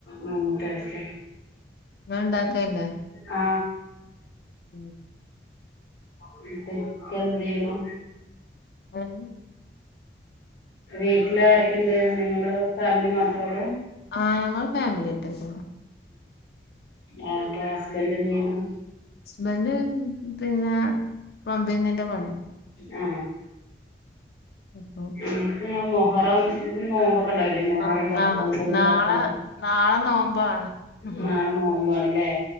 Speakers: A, on the left (about 75°); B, on the left (about 60°).
A: നല്ല ടേസ്റ്റാ.
B: ങ്ങ ണ്ടാക്കൽല്ലേ?
A: ആ
B: ഉം
A: <unintelligible> എന്തേയ്നു?
B: <unintelligible>
A: വീട്ടിലാരെക്കെണ്ട് നിങ്ങള് ഫാമിലി മാത്രോള്ളൂ?
B: ആ ഞങ്ങള് ഫാമിലിയാട്ടിപ്പോ.
A: ആ പ്പ ഹസ്ബന്റ് എന്ത് ചെയ്യണു?
B: ഹസ്ബന്റ് പിന്നെ പമ്പിങ്ങിന്റെ പണിയ.
A: ആ
B: അപ്പൊ
A: എനിക്ക് മുഹറം നോബൊ ക്കെണ്ടാവൂലേ മൊഹറം
B: ആ,
A: പത്
B: നാ
A: ഒമ്പതും
B: നാളെ
A: പത്തുവോ.
B: നാളെ നോമ്പാണ് ആഹ്
A: നാളെ നോമ്പാണ്ലേ